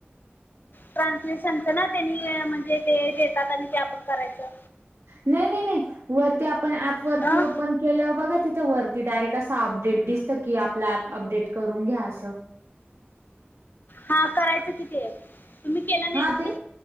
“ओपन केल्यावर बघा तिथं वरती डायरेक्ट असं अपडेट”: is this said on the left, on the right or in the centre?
Right